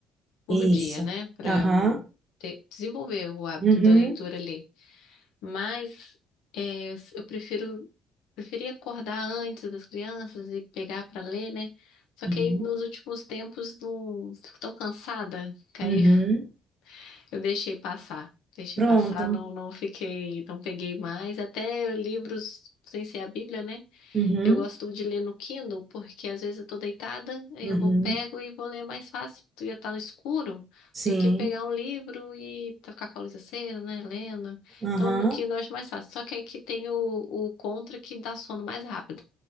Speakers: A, on the left; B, on the right.
A: por
B: isso.
A: dia, né? Para
B: Aham.
A: eu ter- desenvolver o hábito
B: Uhum.
A: da leitura ali. Mas é, eu, s- eu prefiro preferia acordar antes das crianças e pegar para ler, né? Só
B: Uhum.
A: que aí nos últimos tempos não fico tão cansada que
B: Uhum.
A: aí <laughs> eu deixei passar. Deixei
B: Pronto.
A: passar, não, não fiquei, não peguei mais. Até livros sem ser a Bíblia, né?
B: Uhum.
A: Eu gosto de ler no Kindle porque às vezes eu tô deitada, aí
B: Uhum.
A: eu vou pego e vou ler mais fácil. Tu ia estar no escuro
B: Sim.
A: do que pegar um livro e tá- ficar com a luz acesa, né, lendo.
B: Aham.
A: Então no Kindle eu acho mais fácil. Só que aí que tem o, o contra que dá sono mais rápido.